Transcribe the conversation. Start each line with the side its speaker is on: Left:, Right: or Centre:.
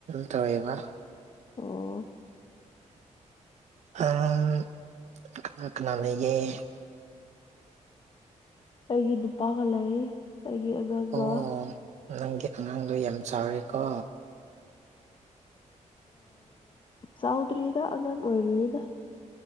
Right: ꯇꯧꯋꯕ
Left: ꯑꯣ
Right: ꯑꯣꯅꯥ ꯀꯅꯥ ꯂꯩꯦ
Left: ꯑꯩꯒꯤ ꯅꯨꯄꯥꯒ ꯂꯩ ꯑꯩꯒꯤ ꯑꯉꯥꯡꯒ
Right: ꯑꯣ ꯅꯪꯒꯤ ꯑꯉꯥꯡꯗꯣ ꯌꯥꯝ ꯆꯥꯎꯔꯦꯀꯣ
Left: ꯆꯥꯎꯗ꯭ꯔꯤꯗ ꯑꯉꯥꯡ ꯑꯣꯏꯔꯤꯌꯦꯅ